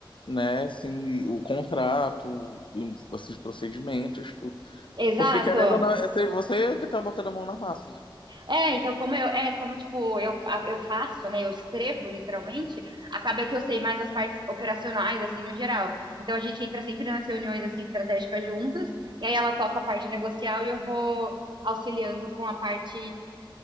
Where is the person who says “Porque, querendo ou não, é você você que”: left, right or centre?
Left